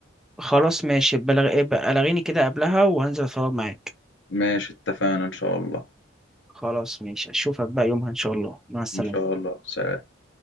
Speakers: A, in the centre; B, on the left (about 60°).
A: خلاص ماشي بلغ... بلغيني كده قبلها وهنزل أتفرج معاك
B: ماشي اتفقنا إن شاء الله
A: خلاص ماشي أشوفك بقى يومها إن شاء الله مع السلامة
B: إن شاء الله سلام